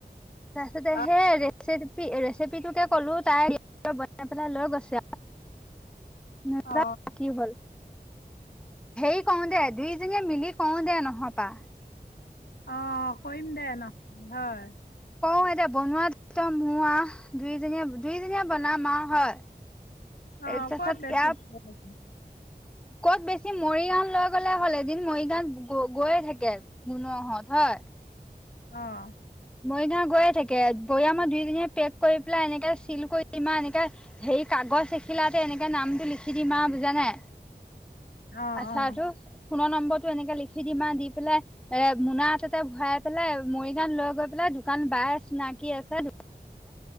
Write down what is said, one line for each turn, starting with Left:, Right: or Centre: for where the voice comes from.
Centre: তাৰপিছতে
Left: অ
Centre: সেই ৰে ৰেচিপিটোকে ক'লোঁ, তাই বনাই পনাই লৈ গৈছে আৰু। নাযায়
Left: অ
Centre: থাকি গ'ল। হেৰি কওঁতে, দুইজনীয়ে মিলি কওঁতে নহয় পা।
Left: অ' কৰিম দে নহয়, হয়।
Centre: কওঁ এতিয়া বনোৱাত একদম মো আ, দুইজনীয়া দুইজনীয়ে বনাম আৰু হয়। তাৰপিছত
Left: অ' ক'ত বেছিব
Centre: ইয়াৰ
Left: লাগে?
Centre: ক'ত বেছিম মৰিগান লৈ গ'লে হ'ল, এদিন মৰিগান গ গৈয়ে থাকে। মুনুৱাহত হয়।
Left: অ'।
Centre: মৰিগাঁও গৈয়ে থাকে, বৰিয়া মই দুইজনীয়ে পেক কৰি পেলাই, এনেকে চিল কৰি দিমা এনেকে সেই কাগজ এখিলাতে এনেকে নামটো লিখি দিম আৰু বুজানে?
Left: অ
Centre: আচাৰটো?
Left: অ
Centre: ফোনৰ নম্বৰটো এনেকে লিখি দিম, দি পেলাই এ, মোনা হাততে ভৰাই পেলাই মৰিগাঁত লৈ গৈ পাই দোকান বাই চিনাকি আছে